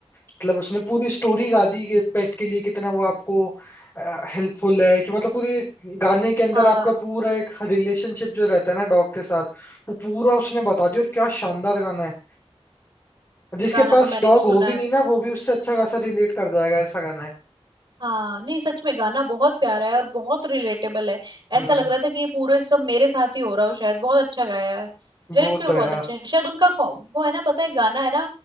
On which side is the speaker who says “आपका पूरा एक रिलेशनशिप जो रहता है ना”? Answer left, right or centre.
Left